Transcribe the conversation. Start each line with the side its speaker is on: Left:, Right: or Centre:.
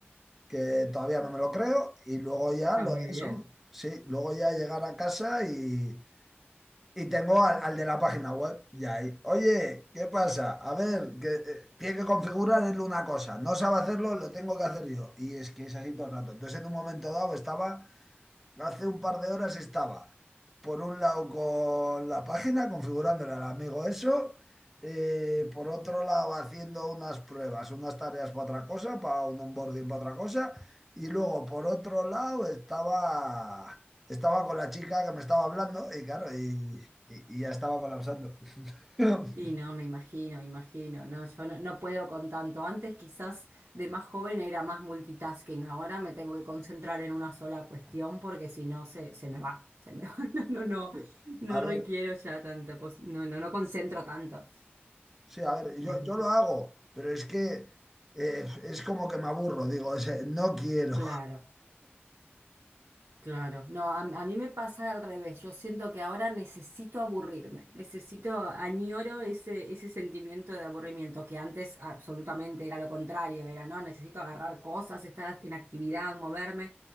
Centre: que todavía no me lo creo, y luego ya
Right: Está
Centre: lo
Right: muy bien.
Centre: eso, sí, luego ya llegar a casa y, y tengo al, al de la página web ya ahí. Oye, ¿qué pasa? A ver, que eh, tiene que configurar él una cosa, no sabe hacerlo, lo tengo que hacer yo. Y es que es así todo el rato. Entonces, en un momento dado estaba Hace un par de horas estaba, por un lado, con la página, configurándole al amigo eso, eh, por otro lado, haciendo unas pruebas, unas tareas para otra cosa, para un onboarding para otra cosa, y luego, por otro lado, estaba, estaba con la chica que me estaba hablando, y claro, y, y- y ya estaba colapsando. <laughs>
Right: Y no, me imagino, me imagino. No, yo no, no puedo con tanto. Antes quizás de más joven era más multitasking. Ahora me tengo que concentrar en una sola cuestión porque si no se, se me va. Se me va. <laughs> No, no, no.
Centre: Sí.
Right: No
Centre: A ver,
Right: requiero ya tanta pos- No, no, no concentro tanto.
Centre: sí, a ver,
Right: Me
Centre: yo,
Right: es difícil.
Centre: yo lo hago, pero es que eh, es como que me aburro, digo, es, eh, no quiero.
Right: Claro. Claro, no, a, a mí me pasa al revés, yo siento que ahora necesito aburrirme, necesito, añoro ese, ese sentimiento de aburrimiento que antes absolutamente era lo contrario, era no, necesito agarrar cosas, estar en actividad, moverme,